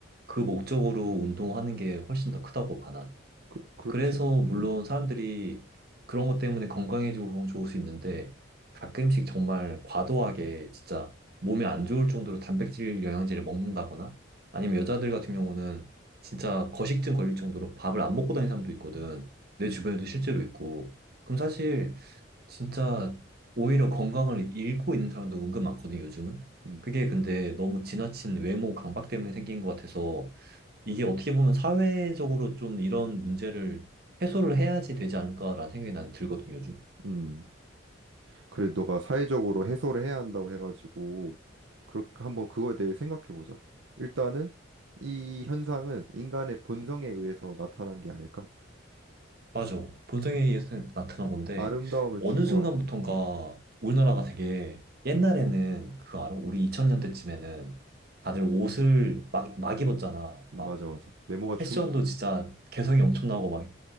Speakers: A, on the right; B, on the right.
A: 그 목적으로 운동하는 게 훨씬 더 크다고 봐,
B: 그, 그렇지?
A: 그래서 물론
B: 음,
A: 사람들이 그런 것 때문에 건강해지고 그건 좋을 수 있는데 가끔씩 정말 과도하게 진짜 몸에 안 좋을 정도로 단백질 영양제를 먹는다거나 아니면 여자들 같은 경우는 진짜 거식증 걸릴 정도로 밥을 안 먹고 다니는 사람도 있거든. 내 주변에도 실제로 있고. 그럼 사실 진짜 오히려 건강을 잃고 있는 사람도 은근 많거든, 요즘은.
B: 음,
A: 그게 근데 너무 지나친 외모 강박 때문에 생긴 것 같아서 이게 어떻게 보면 사회적으로 좀 이런 문제를 해소를 해야지 되지 않을까라는 생각이 난 들거든요, 요즘.
B: 음. 그래, 너가 사회적으로 해소를 해야 한다고 해가지고 그렇게 한번 그거에 대해 생각해 보자. 일단은 이 현상은 인간의 본성에 의해서 나타난 게 아닐까?
A: 맞아. 본성에 의해서 나타난 건데,
B: 아름다움을
A: 어느
B: 추구하는
A: 순간부턴가
B: 음,
A: 우리나라가 되게 옛날에는 그거 알아? 우리 2000년대쯤에는 다들 옷을 막, 막 입었잖아.
B: 음,
A: 막
B: 맞아 맞아. 외모가 중
A: 패션도 진짜 개성이 엄청나고 막